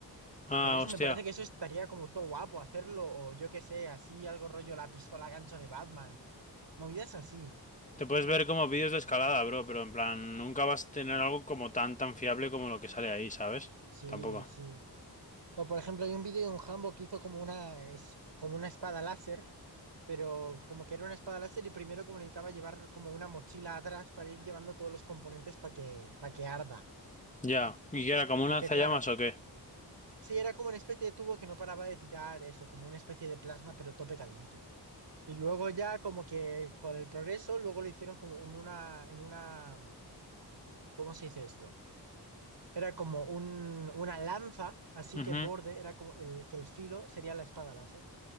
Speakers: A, on the left; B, on the right.
A: Ah,
B: Entonces,
A: hostia.
B: me parece que eso estaría como todo guapo hacerlo, o yo qué sé, así algo rollo la pistola gancho de Batman. Movidas así.
A: Te puedes ver como vídeos de escalada, bro, pero en plan, nunca vas a tener algo como tan, tan fiable como lo que sale ahí, ¿sabes?
B: Sí,
A: Tampoco.
B: sí. O por ejemplo, hay un vídeo de un Hambo que hizo como una, es, como una espada láser, pero como que era una espada láser y primero como necesitaba llevar como una mochila atrás para ir llevando todos los componentes para que, para que arda.
A: Ya. ¿Y qué era? ¿Como un
B: Porque
A: lanzallamas
B: claro,
A: o qué?
B: Sí, era como una especie de tubo que no paraba de tirar eso, como una especie de plasma, pero tope caliente. Y luego ya como que con el progreso, luego lo hicieron como en una, en una, ¿cómo se dice esto? Era como un, una lanza, así
A: Ujú.
B: que el borde era como el, que el filo sería la espada láser.